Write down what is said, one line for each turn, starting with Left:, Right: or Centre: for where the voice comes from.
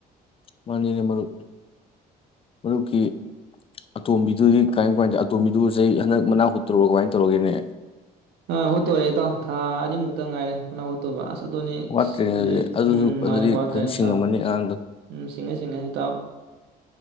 Left: ꯃꯥꯅꯦꯅꯦ ꯃꯔꯨꯞ ꯃꯔꯨꯞꯀꯤ ꯑꯇꯣꯝꯕꯤꯗꯨꯗꯤ ꯀꯥꯏꯝ ꯀꯃꯥꯏꯅ ꯇ ꯑꯇꯣꯝꯕꯤꯗꯨ ꯆꯍꯤ ꯍꯟꯗꯛ ꯃꯅꯥꯛ ꯍꯨ ꯇꯔꯨꯔ ꯀꯃꯥꯏꯅ ꯇꯧꯔꯒꯦꯅꯦ
Right: ꯑ ꯍ ꯇ ꯋꯥꯔꯦ ꯍꯥꯏꯥꯏꯇꯣ ꯊꯥ ꯑꯅꯤꯃꯨꯛꯇ ꯉꯥꯏꯔꯦ ꯃꯅꯥ ꯍꯣꯠꯇꯣꯕ ꯑꯁ ꯑꯗꯨꯅꯤ
Left: ꯋꯥꯠꯇ꯭ꯔꯦꯅꯦ
Right: ꯑꯁ ꯍꯧꯖꯤꯛ
Left: ꯑꯗꯨꯗꯤ ꯑꯗꯨꯁꯨ
Right: ꯎ
Left: ꯑꯗꯨꯗꯤ
Right: ꯃꯥꯅꯦ ꯋꯥꯠꯇ꯭ꯔꯦ
Left: ꯐꯖꯅ ꯁꯤꯡꯉꯝꯃꯅꯤ
Right: ꯏꯇꯥꯎ
Left: ꯑꯉꯥꯡꯗꯣ
Right: ꯎꯝ ꯁꯤꯡꯉꯦ ꯁꯤꯡꯉꯦ ꯁꯤꯇꯥꯎ